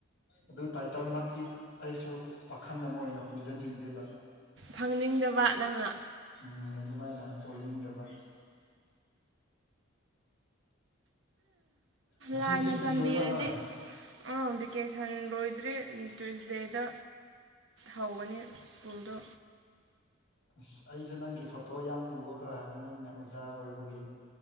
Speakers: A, on the left; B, on the right.
A: ꯑꯗꯨ ꯇꯥꯏꯇꯜꯃꯛꯇꯤ ꯑꯩꯁꯨ ꯄꯥꯈꯪ ꯑꯃ ꯑꯣꯏꯅ ꯄꯨꯖꯅꯤꯡꯗꯦꯕ
B: ꯐꯪꯅꯤꯡꯗꯕ ꯅꯪꯅ
A: ꯎꯝ ꯑꯗꯨꯃꯥꯏꯅ ꯑꯣꯏꯅꯤꯡꯗꯕ ꯉꯁꯤꯗꯤ
B: ꯂꯥꯏꯅ
A: ꯁꯨꯇꯤ
B: ꯆꯥꯟꯕꯤꯔꯗꯤ
A: ꯑꯣꯏꯕ꯭ꯔꯥ ꯅꯣꯏ
B: ꯑꯥ ꯚꯦꯀꯦꯁꯟ ꯂꯣꯏꯗ꯭ꯔꯔꯤ ꯇ꯭ꯋꯨꯁꯗꯦꯗ ꯍꯧꯒꯅꯤ ꯁ꯭ꯀꯨꯜꯗ
A: ꯑꯁ ꯑꯩꯁꯨ ꯅꯪꯒꯤ ꯐꯣꯇꯣ ꯌꯥꯝ ꯎꯕꯀꯣ ꯅꯣꯏꯅ ꯑꯣꯖꯥ ꯑꯣꯏꯕꯒꯤ